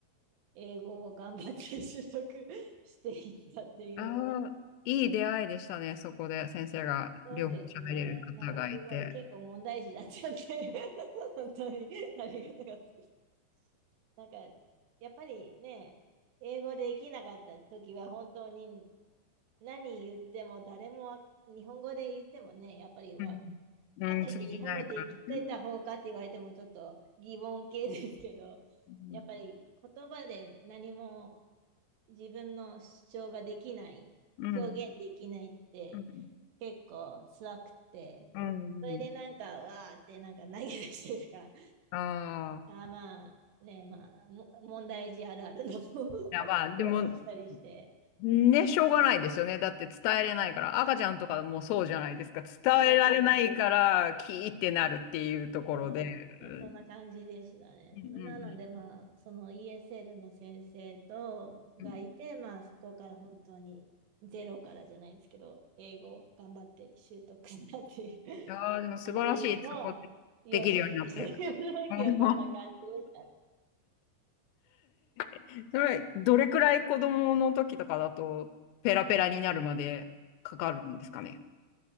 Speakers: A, on the right (about 80°); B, on the left (about 85°).
A: 英語を頑張って習得 <laughs> していったっていう。
B: ああー、いい出会いでしたね、そこで。先生が両方喋れる方がいて。
A: そうですね。なんかすごい結構問題児だったんで <laughs> 本当にありがたかったです。なんか、やっぱりね、英語できなかった時は本当に何言っても誰もわ日本語で言ってもね、やっぱりわ、
B: うん。うん、
A: かといって日本語できてた方かって言われてもちょっと疑問系ですけど、
B: 通じないからね。うん。
A: やっぱり言葉で何も自分の主張ができない、
B: うん。
A: 表現できないって
B: うん。
A: 結構辛くて、
B: うん。
A: それでなんかわーってなんか投げ出してとか、
B: ああ
A: あーまあね、まあ、も <laughs> 問題児あるあるの <laughs> 行
B: いや、まあ、でも、
A: 動を <laughs> したりして、
B: ね、しょうがないですよね。だって伝えれないから。赤ちゃんとかもそうじゃないですか。伝えられないから、
A: そうですね、
B: キーってなるっていうところで。
A: そうですね、
B: う
A: そんな感じでしたね。
B: んうんうん
A: なので、まあ、その ESL の先生とがいて、
B: うん。い
A: まあ、そこから本当にゼロからじゃないですけど、英語を頑張って習得したっていう <laughs>
B: やーでも素晴らしい、
A: 感じの幼少期でしたね。
B: そこで、できるようになって。
A: <laughs> 幼少期はそんな感じでした。
B: うん <laughs> それ、どれくらい子供の時とかだと、ペラペラになるまでかかるんですかね。